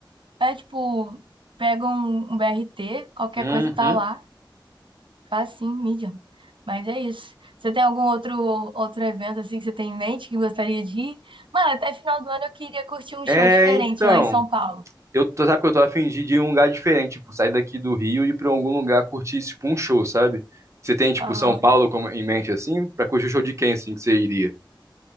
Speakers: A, on the right (about 75°); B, on the right (about 35°).
A: é, tipo, pega um, um BRT, qualquer
B: Uhum.
A: coisa tá lá, faz sim, mídia. Mas é isso. Você tem algum outro, outro evento assim que você tem em mente que gostaria de ir? Mano, até final do ano eu queria curtir um
B: É,
A: show diferente
B: então,
A: lá em São Paulo.
B: eu tô, sabe que eu tô a fim de ir em um lugar diferente, tipo, sair daqui do Rio e ir pra algum lugar curtir, tipo, um show, sabe? Você tem, tipo,
A: ah
B: São Paulo como, em mente, assim? Pra curtir o show de quem, assim, que você iria?